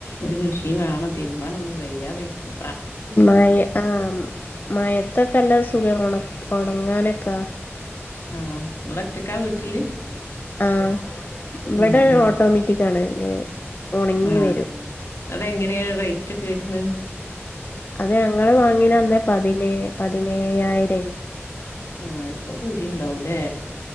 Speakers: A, on the left; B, on the left.
A: ഒരു മെഷീൻ വേണം തിരുമ്പാനൊന്നും കഴിയാതിരിക്കണു
B: മയ ആഹ് മയത്തൊക്കെല്ലാ സുഖാ ഉണ ഉണങ്ങാനൊക്കാ
A: ആഹ് നിങ്ങളൊറ്റക്കാ വീട്ടില്
B: ആഹ്
A: ഉം
B: വ്ടെ
A: ഉം
B: ഓട്ടോമാറ്റിക്കാണ് ഉണങ്ങി
A: ആഹ്
B: വരും
A: അതെങ്ങനെയാ റേറ്റ് ഒക്കെ വരുന്നത്
B: അത് ഞങ്ങള് വാങ്ങീനന്ന് പതിനേ പതിനേയായിരന്
A: ആഹ് ഇപ്പ കൂടിണ്ടാവൂല്ലേ